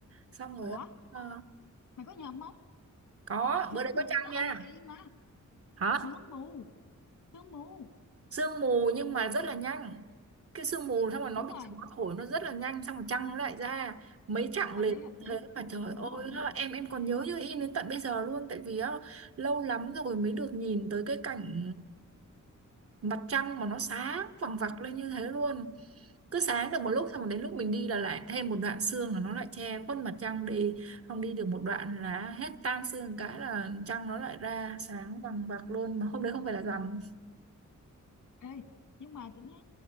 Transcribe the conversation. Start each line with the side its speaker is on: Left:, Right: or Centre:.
Right: Xong rồi
Left: ủa
Right: ờ,
Left: mày có nhầm không
Right: có
Left: sương
Right: bữa đấy có
Left: mù
Right: trăng
Left: nó âm
Right: nha
Left: ý mà
Right: hả
Left: sương mù sương mù
Right: sương mù nhưng mà rất là nhanh cái sương mù xong rồi nó
Left: đúng
Right: bị
Left: rồi
Right: gió thổi nó rất là nhanh xong rồi trăng nó lại ra mấy chặng
Left: hợp
Right: liền
Left: lý hợp lý
Right: thế mà trời
Left: đúng
Right: ơi
Left: rồi đúng
Right: nó-
Left: rồi
Right: em em còn nhớ như in đến tận bây giờ luôn tại vì á, lâu lắm rồi mới được nhìn tới cái cảnh mặt trăng mà nó sáng vằng vặc lên như thế luôn cứ sáng được một lúc xong rồi đến lúc mình đi là lại thêm một đoạn sương là nó lại che khuất mặt trăng đi không đi được một đoạn là hết tan sương cái là trăng nó lại ra sáng vằng vặc luôn mà hôm đấy không phải là rằm
Left: Ê, nhưng mà tính ra